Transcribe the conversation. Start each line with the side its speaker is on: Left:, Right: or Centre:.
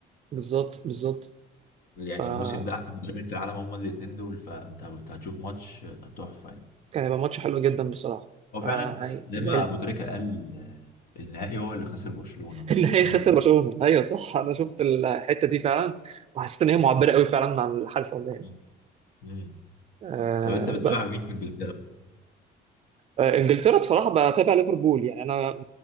Right: بالظبط بالظبط
Left: يعني
Right: فكان
Left: الموسم ده احسن مدربين في العالم هم الاثنين دول فانت كنت هتشوف ماتش تحفه يعني
Right: هيبقى ماتش حلو جدا بصراحة
Left: هو
Right: فيعني
Left: فعلا زي
Right: زعلت
Left: ما ابو تريكه قال آه، النهائي هو اللي خسر برشلونه
Right: <laughs>
Left: مش
Right: ان
Left: برشلونه
Right: هي خسر
Left: هو اللي خسر
Right: برشلونة ايوه صح انا شفت الحتة دي فعلا وحسيت ان هي معبرة قوي فعلا عن اللي حصل يعني
Left: مم. مم.
Right: آه
Left: طب انت بتتابع
Right: بس
Left: مين في انجلترا؟
Right: آه، انجلترا بصراحه بتابع ليفربول يعني انا